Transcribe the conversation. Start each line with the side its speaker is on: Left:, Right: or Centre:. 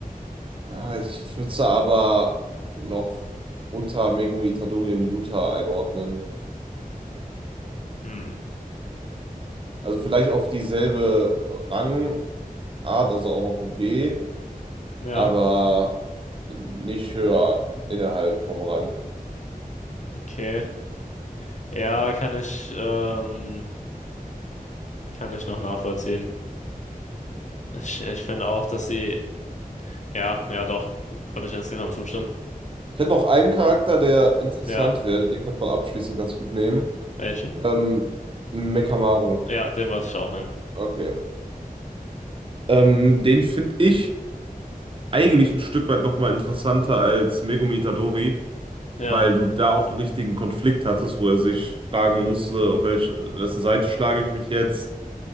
Right: Ah, Ich würde sie aber noch unter Megumi Itadori in Yuta einordnen.
Left: Hm,
Right: Also vielleicht auf dieselbe Rangart, also auch noch ein B,
Left: ja,
Right: aber nicht höher innerhalb vom Rang.
Left: okay. Ja, kann ich, ähm, kann ich noch nachvollziehen. Ich, ich finde auch, dass sie, ja, ja doch, würde ich insgesamt zustimmen.
Right: Ich hätte noch einen Charakter, der interessant
Left: Ja,
Right: wäre, den könnte man abschließend ganz gut nehmen.
Left: welchen?
Right: Ähm, Mekamaru.
Left: Ja, den wollte ich auch nennen.
Right: Okay. Ähm, den finde ich eigentlich ein Stück weit nochmal interessanter als Megumi Itadori,
Left: Ja,
Right: weil du da auch einen richtigen Konflikt hattest, wo er sich fragen musste, auf welche, wessen Seite schlage ich mich jetzt.